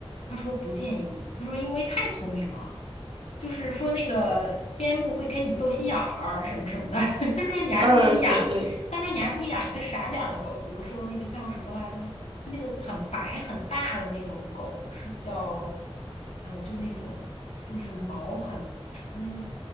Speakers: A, on the left (about 85°); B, on the right (about 55°).
A: 他说不建议，他说因为太聪明了。就是说那个边牧会跟你斗心眼儿什么什么的。<laughs> 他说你还不如养，
B: 呃，对对，
A: 他说你还不如养一个傻点儿的狗，比如说那个叫什么来着，就那个很白很大的那种狗，是叫，呃，就那种就是毛很那个